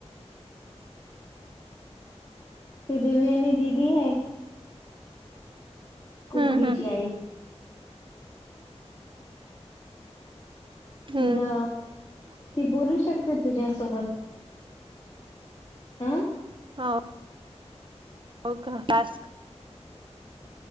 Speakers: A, on the left (about 35°); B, on the right (about 45°).
A: ते दिव्या आणि दिदी ह कुकडीची
B: हम्म हम्म
A: आई तिला
B: हम्म
A: ती बोलू शकते तुझ्यासोबत हं
B: हा हो कास्क